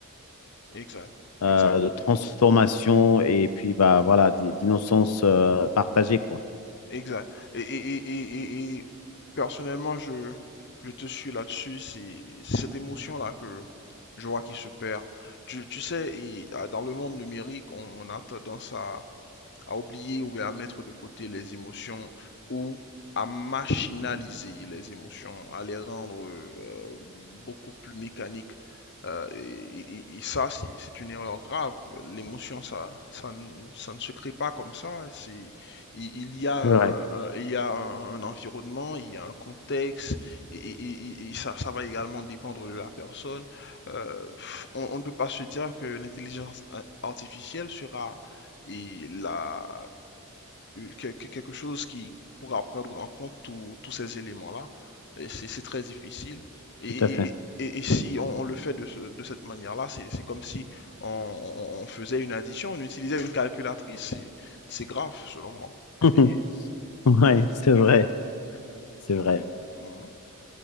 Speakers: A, on the left (about 50°); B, on the left (about 80°).
A: exact,
B: euh,
A: exact.
B: de transformation et puis bah, voilà, d- d'innocence euh, partagée, quoi.
A: Exact. Et, et, et, et, et- et personnellement, je, je te suis là-dessus. C'est cette émotion-là que je vois qui se perd. Tu, tu sais, et, ah, dans le monde numérique, on, on a tendance à, à oublier ou à mettre de côté les émotions ou à machinaliser les émotions, à les rendre euh, beaucoup plus mécaniques. Euh, et, et- et ça, c'est une erreur grave. L'émotion, ça, ça, ne ça ne se crée pas comme ça. il, il y a, un,
B: Ouais,
A: un- il y a un, un environnement, il y a un contexte, et, et- et- et ça, ça va également dépendre de la personne. Euh, on, on ne peut pas se dire que l'intelligence artificielle sera et la, quel- quelque chose qui pourra prendre en compte tous tous ces éléments-là, et c'est c'est très difficile. Et,
B: tout à fait.
A: et- et- et- si on, on le fait de, ce- de cette manière-là, c'est c'est comme si on, on- on faisait une addition, on utilisait une calculatrice, c'est c'est grave selon moi.
B: <laughs>
A: Et- et-
B: Ouais, c'est vrai, c'est vrai.
A: Mhm.